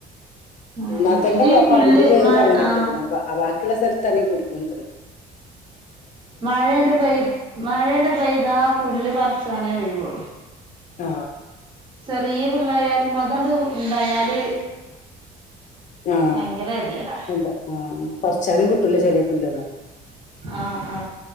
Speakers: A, on the right; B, on the left.
A: ആ
B: എനാത്തനെ
A: ഇത് ഈ പുല്ല്
B: പകുതിയിലേറും
A: മഴ
B: അങ്ങനെ
A: ആ
B: ഇട്ടക്ക്ണ് ആ വാക്കിയുള്ള സ്ഥലത്താണ് പെടിപോൻന്ത്ണത്
A: മയണ്ട് പെയ മയോണ്ട് പെയ്താ പുല്ല് പറിച്ചനെ ഒയിവ് ഒള്ളു
B: ആ
A: ചെറിയ പുല്ലയാലും അതേണ്ട് ഉണ്ടായാല്
B: ആ
A: ഭയങ്കര ഗതികേടാ
B: എന്താ ആ പറച്ചാലും കിട്ടുലാ ചെലേ പുല്ലെന്നും
A: ആ ആ